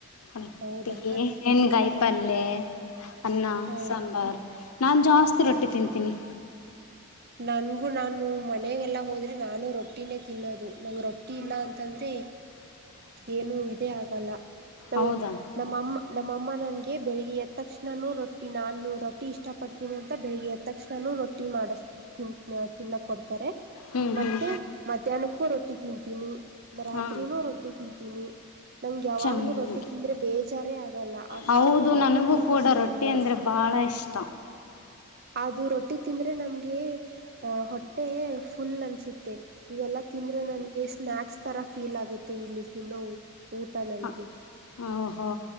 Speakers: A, on the left (about 90°); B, on the right (about 45°).
A: ರೊಟ್ಟಿ
B: ಹೌದಾ
A: ಹೆನ್ ಗಾಯ ಪಲ್ಯೆ ಅನ್ನ
B: ಹ
A: ಸಾಂಬಾರ್ ನಾನು ಜಾಸ್ತಿ ರೊಟ್ಟಿ ತಿಂತೀನಿ
B: ನನಗೂ ನಾನು ಮನೆಗೆಲ್ಲ ಹೋದರೆ ನಾನು ರೊಟ್ಟಿನೇ ತಿನ್ನೋದು ನಂಗೆ ರೊಟ್ಟಿ ಇಲ್ಲ ಅಂತಂದರೆ
A: <inaudible>
B: ಏನು ಇದೇ ಆಗಲ್ಲ ನಾವು
A: ಹೌದಾ
B: ನಮ್ಮಮ್ಮ ನಮ್ ಅಮ್ಮ ನನಗೆ ಬೆಳಿಗ್ಗೆ ಎದ್ ತಕ್ಷನೂ ರೊಟ್ಟಿ ನಾನು ರೊಟ್ಟಿ ಇಷ್ಟ ಪಡ್ತೀನಿ ಅಂತ ಬೆಳಿಗ್ಗೆ ಎದ್ ತಕ್ಷನೂ ರೊಟ್ಟಿ ಮಾಡ ತಿ ತಿನ್ನೋ ಕೊಡ್ತಾರೆ
A: ಹ್ಮ್
B: ಮತ್ತೆ
A: ಹ್ಮ್
B: ಮಧ್ಯಾಹ್ನಕ್ಕೂ ರೊಟ್ಟಿ ತಿಂತೀನಿ ರಾತ್ರಿನೂ
A: ಹಾ
B: ರೊಟ್ಟಿ ತಿಂತೀನಿ ನಂಗೆ ಯಾವಾಗ್ಲೂ
A: ಚೆನ್ನಾಗಿ
B: ರೊಟ್ಟಿ ತಿಂದ್ರೆ ಬೇಜಾರೇ ಆಗಲ್ಲ ಅಷ್ಟು
A: ಹೌದು ನನಗೂ
B: ರೊಟ್ಟಿ
A: ಕೂಡ
B: ತಿಂತೀನಿ ನಾನು
A: ಅಂದ್ರೆ ಬಹಳ ಇಷ್ಟ
B: ಅದು ರೊಟ್ಟಿ ತಿಂದ್ರೆ ನಮ್ಗೆ ಹೊಟ್ಟೆ ಫುಲ್ ಅನ್ಸುತ್ತೆ ಇವೆಲ್ಲ ತಿಂದರೆ ನನಗೆ ಸ್ನಾಯಾಕ್ಸ್ ತರ ಫೀಲ್ ಆಗುತ್ತೆ ಇಲ್ಲಿ ತಿನ್ನೋ ಊಟ ನನಗೆ
A: ಹಾ ಓಹೋ